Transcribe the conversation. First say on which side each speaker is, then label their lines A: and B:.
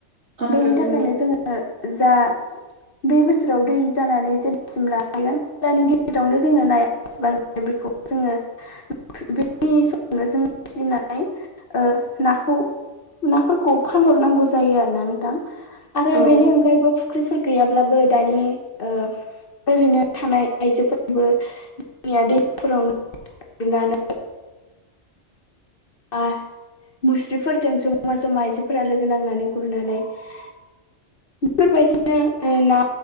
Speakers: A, on the right (about 70°); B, on the left (about 50°).
A: औ
B: बेनि
A: नंगौ
B: थाखायनो जोङो नो जा बे बोसोराव दै जानानै जेब्लासिम राहैगोन अब्लानि गेजेरावनो जोङो नाया बेसिबां बेखौ जोङो बेनि समावनो जों फिसिनानै ओ नाखौ नाफोरखौ फानहरनांगौ जायो आरो ना नोंथां
A: नोंथां
B: आरो
A: औ
B: बेनि अनगायैबो फु फुख्रिफोर गैयाब्लाबो दायो ओ ओरैनो थानाय आइजोफोराबो जोंनिया दैफोराव ना गुरनानै आ मुस्रिफोरजों ज'मा जमा आइजोफोरा लोगो नांनानै गुरनानै <inaudible> बेफोरबायदिनो